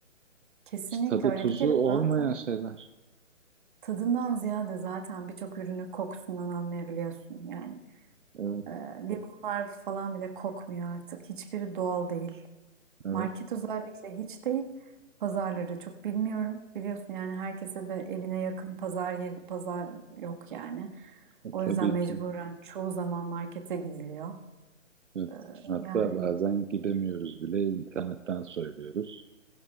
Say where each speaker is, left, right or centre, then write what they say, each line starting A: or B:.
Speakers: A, on the right; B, on the right.
A: Kesinlikle
B: Hiç tadı
A: öyle.
B: tuzu
A: Bir kere
B: olmayan
A: zaten
B: şeyler.
A: tadından ziyade zaten birçok ürünü kokusundan anlayabiliyorsun yani.
B: Evet,
A: Eee, limonlar falan bile kokmuyor artık. Hiçbiri doğal değil.
B: evet.
A: Market özellikle hiç değil. Pazarları çok bilmiyorum. Biliyorsun yani herkese de evine yakın pazar yeri, pazar yok yani.
B: E,
A: O yüzden
B: tabii
A: mecburen
B: ki.
A: çoğu zaman markete gidiliyor.
B: Evet.
A: Ee,
B: Hatta
A: yani
B: bazen gidemiyoruz bile internetten söylüyoruz.